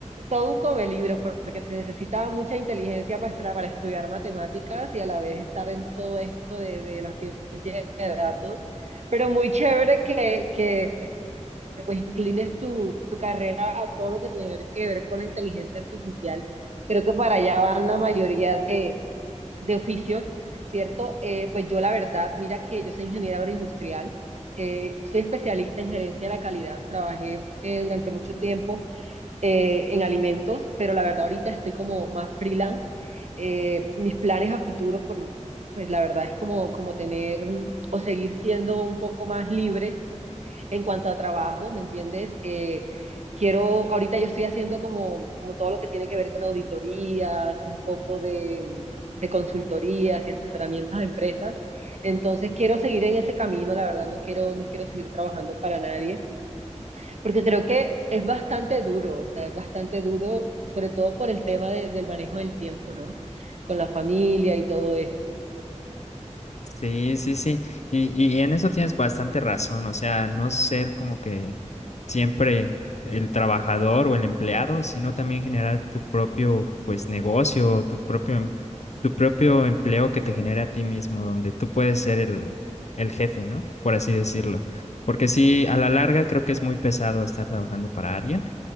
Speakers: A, on the right (about 65°); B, on the left (about 65°).
A: todo un come libros, porque se necesita mucha inteligencia pa- para, para estudiar matemáticas y a la vez estar en todo esto de, de la ciencia de datos. Pero muy chévere que, que pues inclines tu, tu carrera a todo lo que tiene que ver con la inteligencia artificial. Creo que para allá van la mayoría de oficios, ¿cierto? Eh, pues yo la verdad, mira que yo soy ingeniera agroindustrial, eh, soy especialista en gerencia de la calidad, trabajé eh, durante mucho tiempo eh, en alimentos, pero la verdad ahorita estoy como más freelance. Eh, mis planes a futuro, por, pues la verdad es como, como tener mm, o seguir siendo un poco más libre en cuanto a trabajo, ¿me entiendes? Eh, quiero, ahorita yo estoy haciendo como, como todo lo que tiene que ver con auditorías, un poco de, de consultorías y asesoramientos a empresas. Entonces quiero seguir en ese camino, la verdad no quiero, no quiero seguir trabajando para nadie, porque creo que es bastante duro, o sea, es bastante duro, sobre todo por el tema de, del manejo del tiempo, ¿no? Con la familia y todo esto.
B: Sí, sí, sí. Y, y en eso tienes bastante razón. O sea, no ser como que siempre el trabajador o el empleado, sino también generar tu propio, pues, negocio, tu propio, em- tu propio empleo que te genere a ti mismo, donde tú puedes ser el, el jefe, ¿no? Por así decirlo. Porque sí, a la larga creo que es muy pesado estar trabajando para alguien.